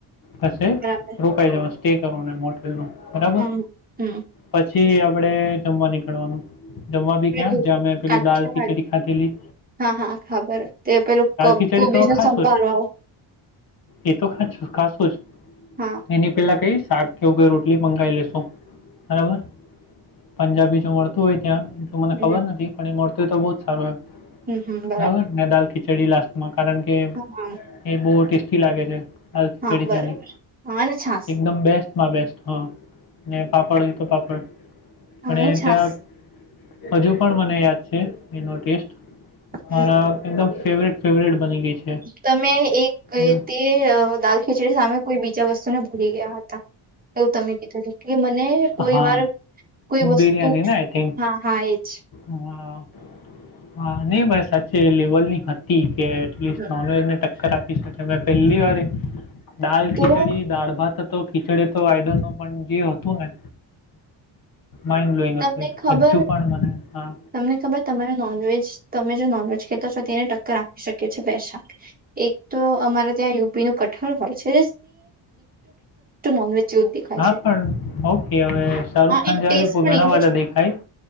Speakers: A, on the left; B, on the right.
A: પાછ
B: બરાબર
A: રોકાઈ જવાશે સ્ટે કરો મોટેલ ન બરાબર
B: હમ હમ
A: પછી આપડે જમવા નીકળવાનું દવા ભી
B: પેલું
A: કયા જ્યા મેં પેલું
B: કાઠિયાવાડી
A: દાલ ક ચટી ખાતે લી
B: હા હા ખબર તે પેલું
A: ખીચડી
B: કોબીજ
A: તો
B: નું
A: ખાશો
B: સંભાળવા આવ
A: એ તો ખ ખાસું જ
B: હા
A: એની પેલા કઈ શાક કેવું કઈ રોટલી મંગાવી લેશો બરાબર પંજાબી જો મળતું હોય ત્યાં એ તો મને
B: હમ
A: ખબર નથી પણ એ મળતું હોય તો બહુ જ સારું હો.
B: હમ હમ
A: બરાબર ને દાલ ખીચડી લાસ્ટમાં કારણ કે.
B: હા
A: એ બહુ ટેસ્ટી લાગે છે હાલ ખીચડી
B: હા બરાબર
A: ચની
B: હા અને છાસ
A: એકદમ બેસ્ટ માં બેસ્ટ હં પાપડ જ તો પાપડ
B: હા
A: અને
B: છાસ
A: ત્યાં હજુ પણ મને યાદ છે એનો ટેસ્ટ મારા
B: હમ
A: એકદમ ફેવરેટ ફેવરેટ બની ગઈ છે
B: તમે એક
A: એવું
B: તે દાલ ખીચડી સામે કોઈ બીજા વસ્તુ ને ભૂલી ગયા હતા. એવું તમે કીધું કે મને કોઈ
A: હા
B: વાર કોઈ વસ્તુ
A: બિરયાની ને આઈ થિંક
B: હા. હા એ જ.
A: હા હા નહી પણાઈ સાચે લેવલ ની હતી. કે એટસ્ટ
B: હમ.
A: નોનવેજ ને ટક્કર આપી શકે મે પહેલી વાર. દાલ
B: તો
A: ખીચડી દાળ ભાત હતો ખીચડી તો આઈડો નો પણ. એ હતું ને માઇડઈંગ
B: તમને
A: હતું
B: ખબર
A: હજુ પણ મને હા.
B: તમને ખબર તમારો નોનવેજ તમે જો નોનવેજ એને ટક્કર આપી શકે છે બે શાખ, એક તો અમારે ત્યાં નો કઠર હોય છે. નોનવેજ જેવું જ દેખાય
A: હા
B: છે
A: પણ ઓકે હવે શાહરૂુખ
B: હા
A: ખાન
B: એનો
A: જેવા
B: ટેસ્ટ
A: ભી
B: પણ
A: ઘણા
B: એવું
A: બધા
B: જ
A: દેખાય.